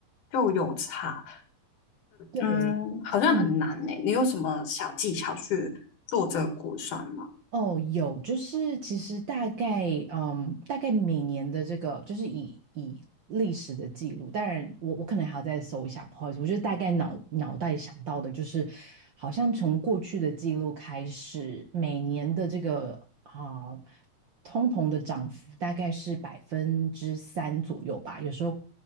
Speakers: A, on the left (about 80°); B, on the right (about 60°).
A: 就有差，
B: 对，
A: 嗯，好像很难呢。
B: 嗯。
A: 你有什么小技巧去做这个估算吗？
B: 哦，有，就是其实大概，嗯，大概每年的这个，就是以以历史的记录，当然我我可能还要再搜一下，不好意思，我就大概脑脑袋想到的，就是好像从过去的记录开始，每年的这个啊、通膨的涨幅大概是百分之三左右吧，有时候